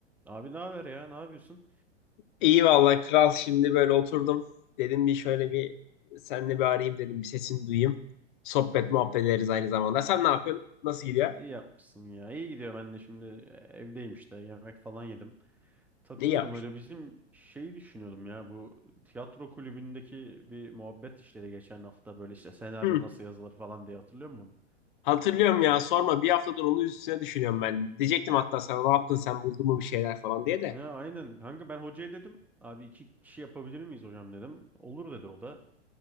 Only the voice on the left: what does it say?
İyi vallahi kral şimdi böyle oturdum. Dedim bir şöyle bir seninle bir arayayım dedim. Bir sesini duyayım. Sohbet muhabbet ederiz aynı zamanda. Sen ne yapıyorsun? Nasıl gidiyor?
İyi yapmış.
Hı,
hatırlıyorum ya sorma. Bir haftadır onun üstüne düşünüyorum ben. Diyecektim hatta sana ne yaptın sen buldun mu bir şeyler falan diye de.